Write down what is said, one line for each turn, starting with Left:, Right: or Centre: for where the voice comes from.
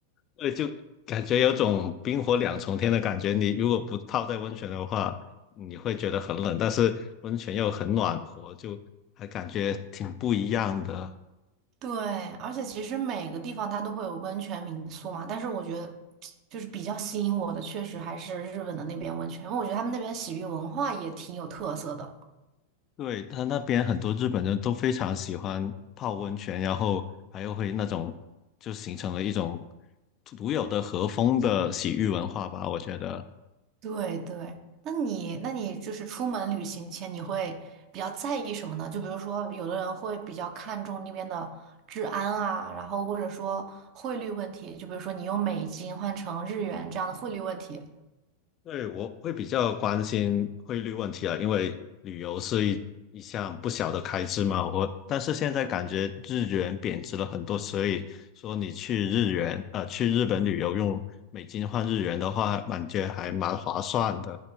Left: 对，就感觉有种冰火两重天的感觉。你如果不泡在温泉的话，你会觉得很冷，但是温泉又很暖和，就还感觉挺不一样的。
Right: 对，而且其实每个地方它都会有温泉民宿嘛，但是我觉得就是比较吸引我的，确实还是日本的那边温泉，因为我觉得他们那边洗浴文化也挺有特色的。
Left: 对，他那边很多日本人都非常喜欢泡温泉，然后还有会那种就形成了一种独有的和风的洗浴文化吧，我觉得。
Right: 对对，那你那你就是出门旅行前你会比较在意什么呢？就比如说有的人会比较看重那边的治安啊，然后或者说汇率问题，就比如说你用美金换成日元这样的汇率问题。
Left: 对，我会比较关心汇率问题啊，因为旅游是一一项不小的开支嘛。我但是现在感觉日元贬值了很多，所以说你去日元呃去日本旅游用美金换日元的话，感觉还蛮划算的。